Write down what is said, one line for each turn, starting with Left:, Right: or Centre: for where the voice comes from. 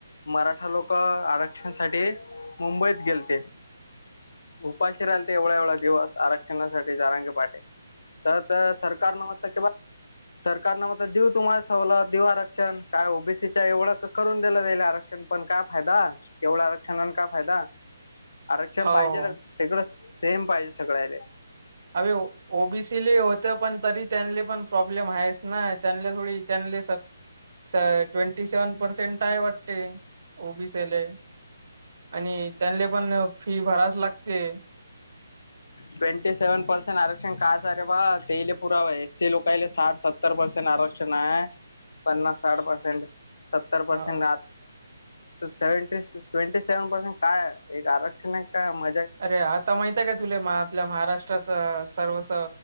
Left: मराठा लोक आरक्षणासाठी मुंबईत गेलते. उपाशी राहिले ते एवढा एवढा दिवस आरक्षणासाठी. जरांगे पाटील तर तर सरकार न मत के बा. सरकारने मात्र देऊ तुम्हाला सवलत देऊ तुम्हाला आरक्षण ओबीसीच्या एवढं करून दिलं जाईल आरक्षण पण काय. फायदा तेवढं आरक्षणाने का फायदा आरक्षण
Right: हा
Left: पाहिजे
Right: हो
Left: तर. तिकडं सेम पाहिजे सगळ्या ले.
Right: अबे ओबीसी. पण तरी त्यांले पण प्रॉब्लेम आहेस ना त्यां थोडी त्यां स ट्वेंटी सेव्हन पर्सेंट आहे वाटते ओबीसील ले. आणि त्यांले पण फी भरावीच लागते.
Left: ट्वेंटी सेव्हन पर्सेंट काय रे बा तेले पुरावा एसी लोकले साठ सात. सत्तर परसेंट आरक्षण आहे पन्नास साठ परसेंट. सत्तर
Right: हा
Left: परसेंट सेवटी ट्वेंटी सेव्हन पसेंट काय एक आरक्षण आहे काय म.
Right: अरे आता माहित आहे काय तुला आपल्या महाराष्ट्रात सर्वस.